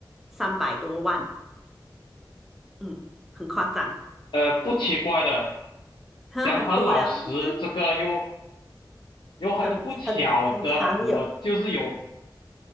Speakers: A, in the centre; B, on the left.
A: 三百多万，嗯，很夸张，
B: 呃，不奇怪的，
A: 很很多了，
B: 讲很老实，
A: 是不是？
B: 这个又又很不巧的，
A: 很很很常有。
B: 我就是有